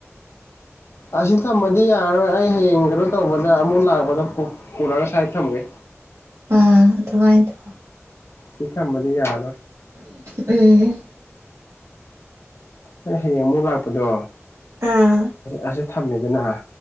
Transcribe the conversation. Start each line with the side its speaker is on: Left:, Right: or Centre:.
Left: ꯑꯁꯤ ꯊꯝꯕꯗꯤ ꯌꯥꯔꯔꯣꯏ ꯑꯩ ꯍꯌꯦꯡ ꯀꯩꯅꯣ ꯇꯧꯕꯗ ꯑꯃꯨꯛ ꯂꯥꯛꯄꯗ ꯄꯨꯔꯒ ꯁ꯭ꯋꯥꯥꯏ ꯊꯝꯒꯦ
Right: ꯑꯝ ꯑꯗꯨꯃꯥꯏꯅ ꯇꯧ
Left: ꯁꯤ ꯊꯝꯕꯗꯤ ꯌꯥꯔꯥꯔꯣꯢ
Right: ꯎꯝ
Left: ꯑꯩ ꯍꯌꯦꯡ ꯑꯃꯨꯛ ꯂꯥꯛꯄꯗꯣ
Right: ꯑꯥ
Left: ꯑꯁꯤꯁ ꯊꯝꯃꯦꯗꯅ